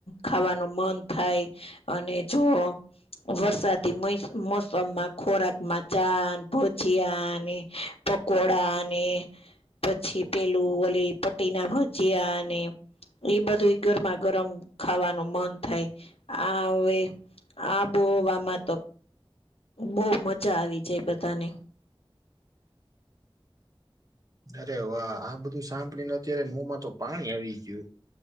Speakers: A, on the left (about 80°); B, on the right (about 35°).
A: ખાવાનું મન થઈ! અને જો <unintelligible> વરસાદી મોસમમાં ખોરાક મા ચા, ને બધું ભજીયાને પકોડાને પછી પેલું ઓલી પટ્ટી ભજીયા અને એ બધું ગરમા ગરમ ખાવાનું મન થાય, આ હવે આબોહવા મા તો! ! બહુ મજા આવી જાય બધાને,
B: અરે વાહ! આ બધું સાંભળી ને તો અત્યારે મોં મા તો પાણી આવી ગયું,,